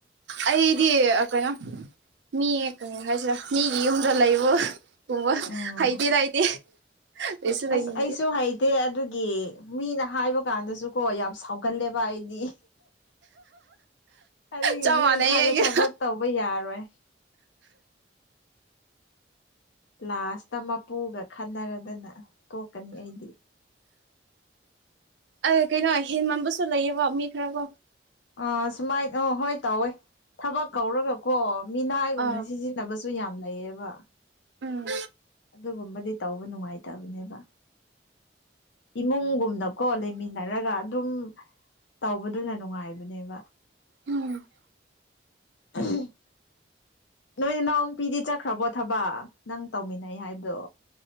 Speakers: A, on the right (about 75°); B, on the left (about 80°).
A: ꯑꯩꯗꯤ ꯀꯩꯅꯣ ꯃꯤ ꯀ ꯍꯥꯏꯁꯤꯔꯥ ꯃꯤꯒꯤ ꯌꯨꯝꯗ ꯂꯩꯕ ꯕ
B: ꯎꯝ
A: ꯍꯩꯇꯦꯗꯥ ꯑꯩꯗꯤ ꯂꯩꯁꯨ ꯂꯩꯅꯤꯡꯗꯦ
B: ꯑꯁ ꯑꯩꯁꯨ ꯍꯩ ꯇꯦ ꯑꯗꯨꯒꯤ ꯃꯤꯅ ꯍꯥꯏꯕ ꯀꯥꯟꯗꯁꯨꯀꯣ ꯌꯥꯝ ꯁꯥꯎꯒꯜꯂꯦꯕ ꯑꯩꯗꯤ ꯑꯗꯨꯒꯤ
A: ꯆꯞ
B: ꯃꯤ
A: ꯃꯥꯟꯅꯩꯌꯦ
B: ꯃꯈꯥꯗ
A: ꯑꯩꯒ
B: ꯊꯕꯛ ꯇꯧꯕ ꯌꯥꯔꯣꯏ ꯂꯥꯁꯇ ꯃꯄꯨꯒ ꯈꯟꯅꯔꯗꯅ ꯇꯣꯛꯀꯅꯤ ꯑꯩꯗꯤ
A: ꯑ ꯀꯩꯅꯣ ꯍꯦꯟꯃꯟꯕꯁꯨ ꯂꯩꯌꯦꯕ ꯃꯤ ꯈꯔꯀꯣ
B: ꯑ ꯁꯨꯃꯥꯏꯅ ꯑ ꯍꯣꯏ ꯇꯧꯋꯦ ꯊꯕꯛ ꯀꯧꯔꯒꯀꯣ ꯃꯤꯅꯥꯏꯒꯨꯝꯅ
A: ꯑꯥ
B: ꯁꯤꯖꯤꯟꯅ ꯁꯅꯕꯁꯨ ꯌꯥꯝ ꯂꯩꯌꯦꯕ
A: ꯎꯝ
B: ꯑꯗꯨꯒꯨꯝꯕꯗꯤ ꯇꯧꯕ ꯅꯨꯡꯉꯥꯏꯇꯕꯅꯦꯕ ꯏꯃꯨꯡꯒꯨꯝꯅꯀꯣ ꯂꯩꯃꯤꯟꯅꯔꯒ ꯑꯗꯨꯝ ꯇꯧꯕꯗꯨꯅ ꯅꯨꯡꯉꯥꯏꯕꯅꯦꯕ
A: ꯎꯝ
B: ꯎꯝ ꯅꯣꯏ ꯅꯅꯥꯎ ꯄꯤꯗꯤ ꯆꯠꯈ꯭ꯔꯕꯣ ꯊꯕꯛ ꯅꯪ ꯇꯧꯃꯤꯟꯅꯩ ꯍꯥꯏꯕꯗꯣ